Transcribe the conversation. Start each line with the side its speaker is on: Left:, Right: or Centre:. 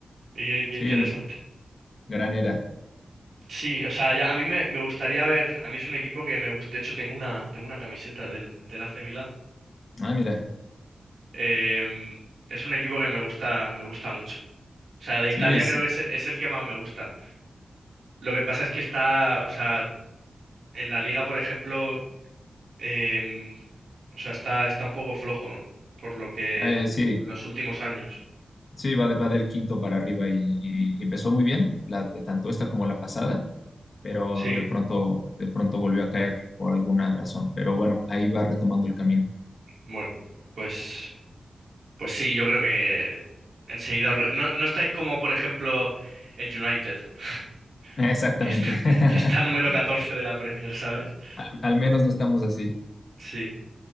Right: Y qué, qué
Left: Sí,
Right: interesante.
Left: gran era.
Right: Sí, o sea, ya, a mí me, me gustaría ver, a mí es un equipo que me gusta, de hecho tengo una, tengo una camiseta del, del AC Milan.
Left: Ah, mira.
Right: Em, es un equipo que me gusta, me gusta mucho. O sea, de Italia
Left: Sí, es,
Right: creo que es, es el que más me gusta. Lo que pasa es que está, o sea, en la liga, por ejemplo, em, o sea, está, está un poco flojo, ¿no? Por lo que
Left: eh, sí.
Right: los últimos años.
Left: Sí, va, de- va del quinto para arriba y, y- y empezó muy bien, la, tanto esta como la pasada, pero
Right: Sí,
Left: de pronto, de pronto volvió a caer por alguna razón. Pero bueno, ahí va retomando el camino.
Right: bueno, pues, pues sí, yo creo que enseguida... os re- No, no estáis como, por ejemplo, el United, <laughs>
Left: <laughs> Exactamente.
Right: que está,
Left: <laughs>
Right: que está número 14 de la Premier, ¿sabes?
Left: Al, al menos no estamos así.
Right: Sí.